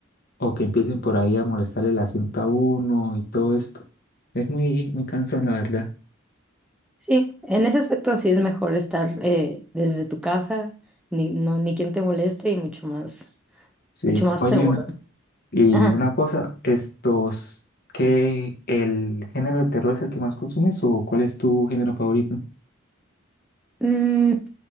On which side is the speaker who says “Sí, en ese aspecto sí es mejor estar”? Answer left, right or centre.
Centre